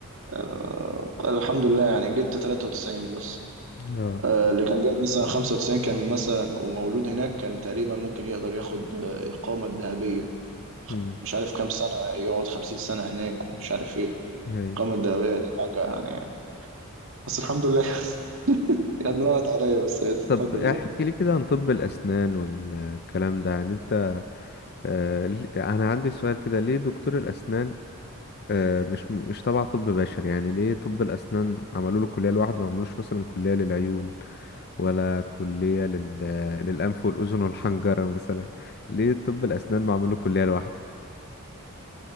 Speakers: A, on the right; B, on the left.
A: أه الحمد لله يعني جبت 93 بس
B: اه
A: أه اللي كان جايب مثلا 95 كان مثلا ومولود هناك كان تقريبا ممكن يقدر ياخد آه، إقامة ذهبية خ-
B: امم
A: مش عارف كام سنة يقعد 50 سنة هناك ومش عارف إيه
B: ايوه
A: الإقامة الذهبية دي حاجة يعني بس الحمد لله <laughs> يعني راحت عليا بس الحمد
B: طب احكي
A: لله
B: لي كده عن طب الأسنان والكلام ده يعني انت آه ل- انا عندي سؤال كده ليه دكتور الأسنان آه مش مش تبع طب بشري يعني ليه طب الأسنان عملوا له كلية لوحده ما عملوش مثلا كلية للعيون ولا كلية لل... للأنف والأذن والحنجرة مثلا ليه طب الأسنان ما عملوا كلية لوحده